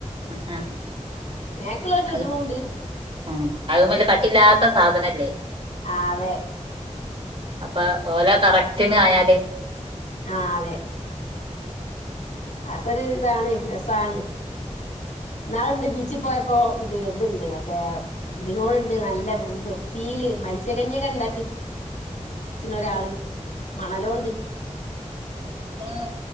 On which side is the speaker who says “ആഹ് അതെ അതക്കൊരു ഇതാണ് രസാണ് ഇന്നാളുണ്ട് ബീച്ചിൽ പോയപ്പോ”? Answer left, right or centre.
Left